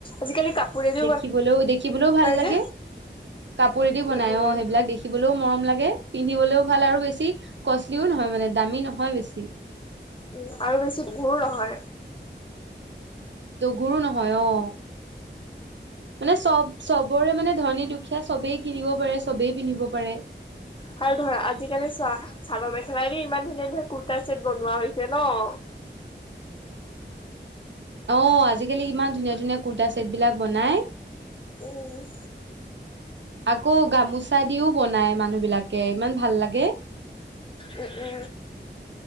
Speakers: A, on the left; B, on the right.
A: আজিকালি কাপোৰেদি
B: দেখিবলৈও দেখিবলৈও
A: বনাই
B: ভাল লাগে
A: যে
B: কাপদি বনাই
A: উম, উম,
B: অ সেইবিলাক লেও মৰম লাগে পিন্ধিবলেও ভাল আৰু বেছি কষ্টলিও নহয় মানে দামী নহয় বেছি
A: উ আৰু বেছি ভুৰ নহয়
B: দগুৰো নহয় অ মানে চব চবৰে মানে ধনী দুখীয়া চবেই কিনিব পাৰে চবেই পিন্ধিব পাৰে
A: আৰু ধৰা আজিকালি চোৱা চাদৰ মেখেলাইৰে ইমান ধুনীয়া ধুনীয়া কুুৰ্তা চেট বনোৱা হৈছে ন <inaudible>
B: অ আজিকালি ইমান ধুনীয়া ধুনীয়া কুুৰ্তা চছেট বিলাক বনাই
A: উম
B: আকৌ গামোচা দিও বনাই মানুহ বিলাকে ইমান ভাল লাগে
A: উ উ উ